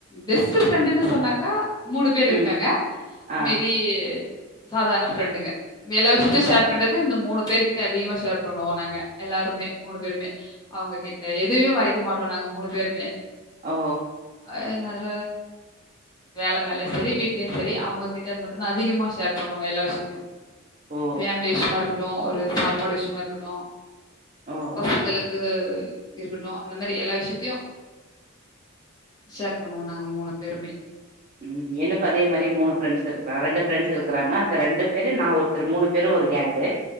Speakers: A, on the left; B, on the right.
A: பெஸ்ட் ஃப்ரெண்ட்டுனு சொன்னாக்கா மூணு பேர்
B: ம்
A: இருக்காங்க
B: ஆ
A: மேபி சாதாரண ஃப்ரெண்டுங்க எல்லா விஷயத்தையு ஷேர் பண்றது இந்த மூணு பேர் கிட்ட அதிகமா ஷேர் பண்ணுவோ நாங்க எல்லாருமே மூணு பேருமே அவுங்க கிட்ட எதயு மறைக்க மாட்டோ நாங்க மூணு பேருமே
B: ஓ
A: அதுனால வேல மேல சேரி வீட் லயு செரி அவுங்ககிட்ட மட்டு தா அதிகமா சேர் பண்ணுவோ எல்லா விஷயத்தயு
B: ஓ
A: பேமிலி விஷமாருக்க ஓ ஒரு சாப்பாடு விஷயமாருக்கட்டு
B: ஓ
A: பசங்களுக்கு இருக்கட்டு அந்த மாரி எல்லா விஷயத்தயு ஷேர் பண்ணுவோ நாங்க மூணு பேருமே
B: ம் எனக்கு அதே மாரியே மூணு ஃப்ரெண்ட்ஸ் இருக்றா ரெண்டு ஃப்ரெண்ட்ஸ் இருக்குறாங்க அந்த ரெண்டு பேரு நா ஒரு மூணு பேரு ஒரு கேங்கு